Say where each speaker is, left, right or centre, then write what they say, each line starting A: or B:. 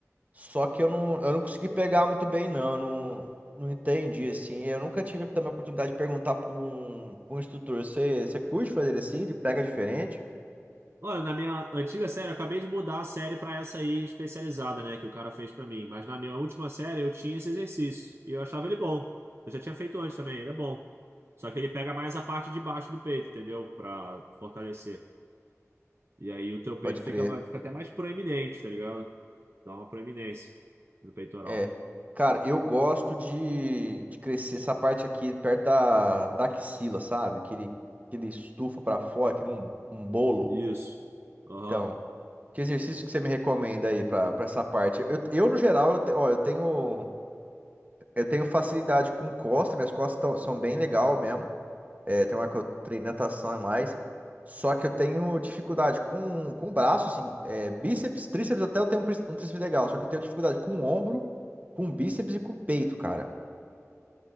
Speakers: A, on the right; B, on the right.
A: só que eu não, eu não consegui pegar muito bem, não, eu não, não entendi, assim. Eu nunca tive também a oportunidade de perguntar pra um, pra um instrutor, você, você curte fazer assim? Ele pega diferente?
B: Olha, na minha antiga série, eu acabei de mudar a série pra essa aí especializada, né, que o cara fez pra mim. Mas na minha última série eu tinha esse exercício e eu achava ele bom. Eu já tinha feito antes também, ele é bom. Só que ele pega mais a parte de baixo do peito, entendeu? Pra fortalecer. E aí o teu
A: Pode
B: peito
A: crer.
B: fica, ma- fica até mais proeminente, tá ligado? Dá uma proeminência no peitoral.
A: É. Cara, eu gosto de, de crescer essa parte aqui perto da, da axila, sabe? Que ele, que ele estufa pra fora, que nem um, um bolo.
B: Isso. Aham.
A: Então. Que exercício que você me recomenda aí pra pra essa parte? Eu, eu, no geral, eu, te- ó, eu tenho eu tenho facilidade com costas, minhas costas tão- são bem legal mesmo. É, tem uma que eu treino natação e mais. Só que eu tenho dificuldade com, com o braço, assim, é, bíceps, tríceps, até eu tenho um, prí- um tríceps legal, só que eu tenho dificuldade com o ombro, com o bíceps e com o peito, cara.